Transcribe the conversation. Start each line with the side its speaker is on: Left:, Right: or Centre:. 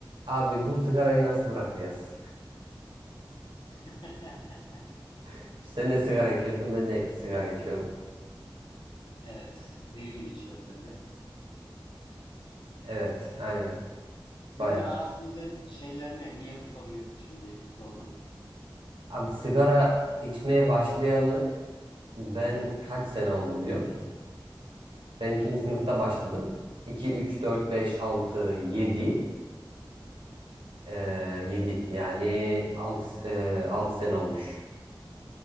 Right: Abi bu sigarayı nasıl bırakacağız?
Left: <laughs>
Right: <laughs> Sen de sigara içiyorsun, ben de sigara içiyorum.
Left: Evet. Deli gibi içiyoruz hem de.
Right: Evet, aynen.
Left: Seni
Right: Bayağı.
Left: rahatsız eden şeyler ne? Niye bu soruyu şimdi sordun?
Right: Abi sigara içmeye başlayalı ben kaç sene oldu biliyor musun? Ben
Left: Kaç?
Right: ikinci sınıfta başladım. 2, 3, 4, 5, 6, 7, Ee, 7. Yani 6, e, 6 sene olmuş.